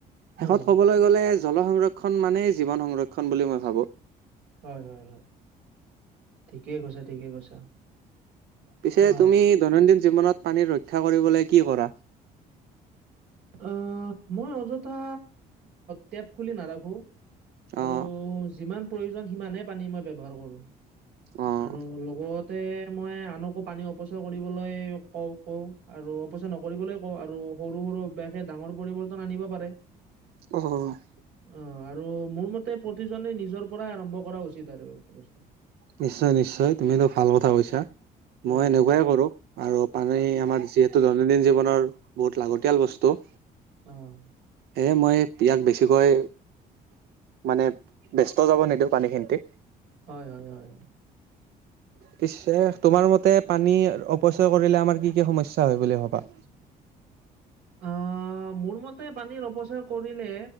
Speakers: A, on the right (about 85°); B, on the right (about 70°).
A: হয়,
B: শেষত ক'বলৈ গ'লে জল সংৰক্ষণ মানেই জীৱন সংৰক্ষণ বুলি মই ভাবো।
A: হয়, হয়, হয়, ঠিকেই কৈছা ঠিকেই কৈছা।
B: পিছে
A: অ'।
B: তুমি দৈনন্দিন জীৱনত পানীৰ ৰক্ষা কৰিবলৈ কি কৰা?
A: অহ, মই অযথা টেপ খুলি নাৰাখোঁ। আৰু
B: অ',
A: যিমান প্ৰয়োজন সিমানহে পানী মই ব্যৱহাৰ কৰোঁ।
B: অ'।
A: আৰু লগতে মই আনকো পানী অপচয় কৰিবলৈ কওঁ, কওঁ আৰু অপচয় নকৰিবলৈও কওঁ আৰু সৰু, সৰু <unintelligible> ডাঙৰ পৰিৱৰ্তন আনিব পাৰে।
B: অ'।
A: অ', আৰু মোৰ মতে প্ৰতিজনে নিজৰ পৰাই আৰম্ভ কৰা উচিত আৰু এইটো বস্তু।
B: নিশ্চয়, নিশ্চয় তুমি এইটো ভাল কথা কৈছা।
A: উম।
B: মই এনেকুৱাই কৰোঁ আৰু পানী
A: হয়।
B: আমাৰ যিহে তু দৈনন্দিন জীৱনৰ বহুত লাগতিয়াল বস্তু।
A: অ'।
B: সেয়ে মই ইয়াক বেছিকৈ মানে ব্যস্ত যাব নিদিওঁ পানীখিনতি।
A: হয়, হয়, হয়, হয়।
B: পিছে তোমাৰ মতে পানী অপচয় কৰিলে আমাৰ কি, কি সমস্যা হয় বুলি ভবা?
A: অহ, মোৰ মতে পানীৰ অপচয় কৰিলে,